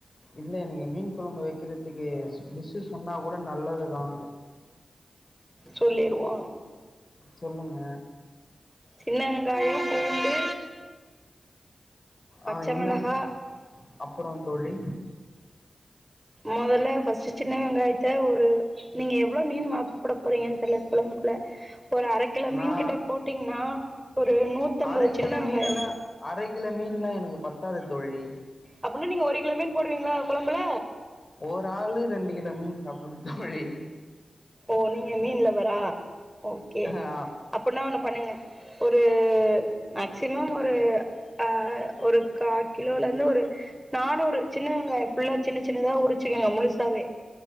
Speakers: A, on the left (about 40°); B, in the centre.
A: இல்ல எனக்கு மீன் கொழம்பு வெக்கறதுக்கு டிஷ்ஷு சொன்னா கூட நல்லதுதா
B: சொல்லீருவோ
A: சொல்லுங்க
B: சின்ன வெங்காயோ பூண்டு பச்ச
A: ஆ இன்னம்
B: மெளகா
A: அப்ரோந்தோழி
B: மொதல்ல பஸ்ட்டு சின்ன வெங்காயத்த ஒரு நீங்க எவ்ளோ மீன் வா போடப் போறீங்கன்னு தெரில கொழம்புகுள்ள ஒரு அர கிலோ மீன்
A: நான்
B: கிட்ட போட்டீங்னா ஒரு நூத்தம்பது
A: அரை
B: சின்ன
A: கிலோ
B: வெங்காயோ
A: மீன்ல அரை கிலோ மீன்லா எனக்கு பத்தாது தோழி
B: அப்டினா நீங்க ஒரு கிலோ மீன் போடுவீங்களா கொழம்புல
A: ஒரு ஆளு ரெண்டு கிலோ மீன் சாப்டுவோந் தோழி
B: ஓ நீங்க மீன் லவ்வரா ஓகே
A: ஆ
B: அப்புன்னா ஒண்ணு பண்ணுங்க ஒரு மேக்சிமம் ஒரு ஆ ஒரு கா கிலோல இருந்து ஒரு நானூறு சின்ன வெங்காயோ ஃபுல்லா சின்ன சின்னதா உருச்சுக்கங்க முழுசாவே